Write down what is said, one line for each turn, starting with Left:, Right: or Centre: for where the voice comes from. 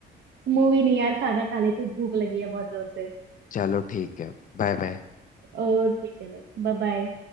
Right: मूवी नहीं यार खाना खा लेती हूँ भूख लगी है बहुत जोर से
Left: चलो ठीक है Bye bye
Right: ओके चलो बाय बाय